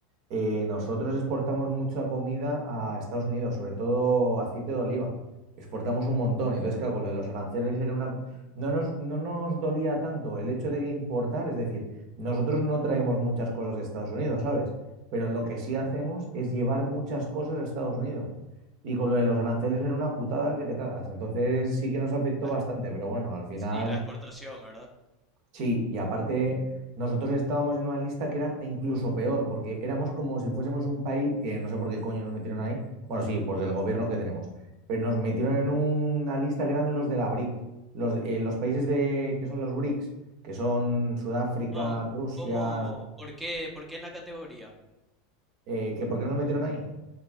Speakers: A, on the right; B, in the centre.
A: Eh, nosotros exportamos mucha comida a Estados Unidos, sobre todo aceite de oliva. Exportamos un montón. Y entonces, claro, con lo de los aranceles era una... co- No nos, no nos dolía tanto el hecho de que importar, es decir, nosotros no traemos muchas cosas de Estados Unidos, ¿sabes? Pero lo que sí hacemos es llevar muchas cosas a Estados Unidos. Y con lo de los aranceles era una putada que te cagas. Entonces sí que nos afectó
B: Ah,
A: bastante, pero bueno, al final
B: Sí, la exportación, ¿verdad?
A: Sí, y aparte nosotros estábamos en una lista que era incluso peor, porque éramos como si fuésemos un país que no sé por qué coño nos metieron ahí. Bueno, sí, porque el gobierno que tenemos, pero nos metieron en una lista que eran los de la BRIC, los, eh, los países de, que son los BRICS, que son Sudáfrica,
B: No,
A: Rusia,
B: ¿cómo? ¿Por qué? ¿Por qué en la categoría?
A: eh, que ¿por qué nos metieron ahí?